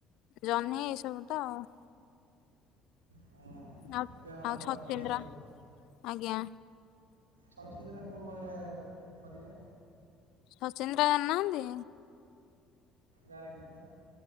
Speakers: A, on the left (about 55°); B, on the right (about 85°).
A: ଜହ୍ନି, ଏସବୁ ତ ଆଉ।
B: ହଁ
A: ଆଉ
B: ଏବେ ହଁ
A: ଆଉ
B: ଏବେ
A: ଛଚିନ୍ଦ୍ରା
B: ଖର୍ସଲ ଲାଗିବ।
A: ଆଜ୍ଞା
B: ସଚନ୍ଦ୍ରତାକୁ କରିବା
A: ସଚିନ୍ଦ୍ରା ଜାଣି ନାହାନ୍ତି?
B: ଜାଣିନି ପା।